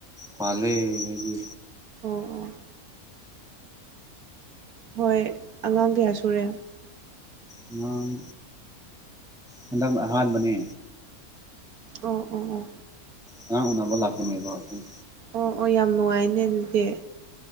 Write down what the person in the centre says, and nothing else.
ꯄꯥꯜꯂꯦ ꯑꯩꯗꯤ
ꯑꯉꯥꯡ ꯍꯟꯗꯛꯅ ꯑꯍꯥꯟꯕꯅꯦ
ꯑꯉꯥꯡ ꯎꯟꯅꯕ ꯂꯥꯛꯄꯅꯦꯕ ꯑꯩꯈꯣꯏ